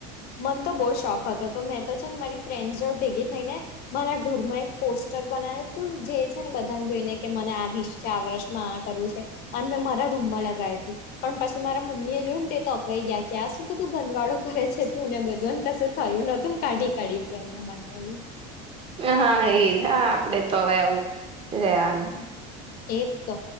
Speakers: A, on the left; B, on the right.
A: મને તો બહુ શોખ હતો તો મેં તો છે ને મારી ફ્રેન્ડસ જોડ ભેગી થઈને મારા ઘરમાં એક પોસ્ટર બનાવ્યું તું જે છે ને બધાને જોઈને કે મને આવીશ ચાર વર્ષમાં આ કરવું છે અને મેં મારા રૂમમાં લગાવી તું પણ પછી મારા મમ્મી જોયુ ને. તે તોપરાઈ ગયા કે આ શું બધું ગંધવાળો કરે છે તુંને બધુંને કસે થયું નથી કાઢી કાઢ્યું તું એમને માટે
B: હા એજ હા આપડે તો હવે આવું રેવાનું
A: એજ તો